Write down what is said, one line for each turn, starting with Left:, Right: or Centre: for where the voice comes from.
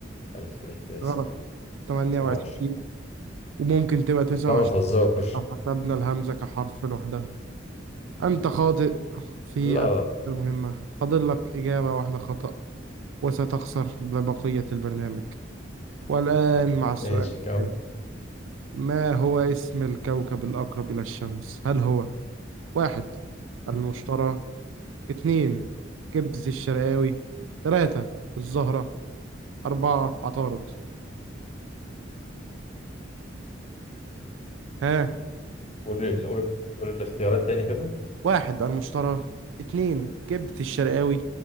Left: الف ب ت
Right: غلط
Left: س ج
Right: تمانية
Left: 27
Right: وعشرين وممكن تبقى تسعة
Left: لا
Right: وعشرين
Left: ما تهزرش
Right: لو حسبنا الهمزة كحرف لوحدها أنت خاطئ في
Left: لا لا
Right: المهمة فاضل لك إجابة واحدة خطأ وستخسر لبقية البرنامج والآن مع السؤال
Left: ماشي
Right: التالي،
Left: كم
Right: ما هو اسم الكوكب الأقرب إلى الشمس؟ هل هو واحد المشترى اتنين كبز الشرقاوي تلاتة الزهرة أربعة عطارد ها
Left: قول ال- قول قول الاختيارات تاني كده
Right: واحد المشترى اتنين كبدة الشرقاوي